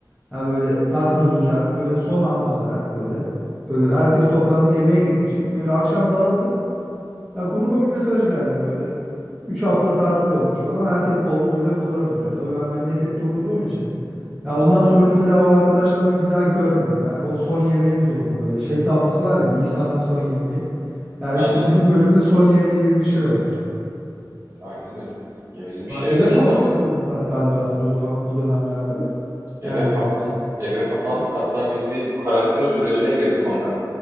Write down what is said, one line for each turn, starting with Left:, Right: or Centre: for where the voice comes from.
Centre: Ya böyle tatil olacağını böyle son anda olarak böyle böyle herkes
Right: Hı
Centre: toplandı
Right: hı.
Centre: yemeğe gitmiştik. Böyle akşam dağıldık. Ya gruba bir mesaj geldi böyle. üç hafta tatil olmuş falan. Herkes bavuluyla fotoğraf atıyor. Tabii ben memlekette okuduğum için. Ya
Right: Aha.
Centre: ondan sonra mesela o arkadaşlarımı bir daha görmedim ben. O son yemeğimiz oldu böyle. Şey tablosu var ya İsa'nın son yemeği. Ya
Right: Aynen.
Centre: işte bizim bölümün son yemeği gibi bir şey olmuştu.
Right: Aynen öyle. Ya bizim
Centre: Ba-
Right: şeyde
Centre: Eve
Right: işte
Centre: kapanmadınız
Right: artık
Centre: ga- galiba siz o zaman o dönemlerde.
Right: eve
Centre: Yani
Right: kapan eve kapandık. Hatta biz bir karantina sürecine girdik onda.